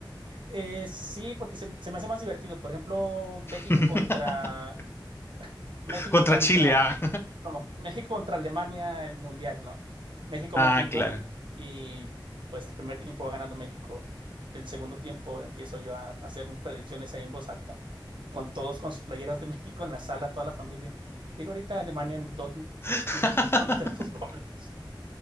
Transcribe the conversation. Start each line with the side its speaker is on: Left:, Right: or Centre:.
Right: Eh, sí, porque se, se me hace más divertido. Por ejemplo, México
Left: <laughs>
Right: contra México
Left: Contra
Right: contra
Left: Chile, ah.
Right: no, México contra Alemania el mundial, ¿no? México
Left: Ah,
Right: mete un
Left: claro.
Right: gol y pues el primer tiempo va ganando México. El segundo tiempo empiezo yo a, a hacer mis predicciones ahí en voz alta, con todos con sus playeras de <laughs> México en la sala, toda la familia. Digo, ahorita Alemania en dos,
Left: <laughs>
Right: 15 minutos va a meter dos <laughs> goles.